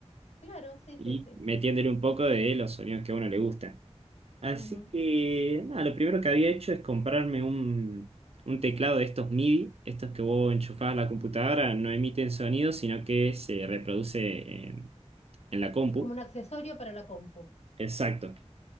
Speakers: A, on the left (about 70°); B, on the right (about 60°).
A: Claro, sí,
B: Y
A: sí, sí.
B: metiéndole un poco de los sonidos que a uno le gusta. Así
A: Ujú.
B: que, nada, lo primero que había hecho es comprarme un, un teclado de estos MIDI, estos que vos enchufás a la computadora, no emiten sonido, sino que se reproduce en, en la compu.
A: Es como un accesorio para la compu.
B: Exacto.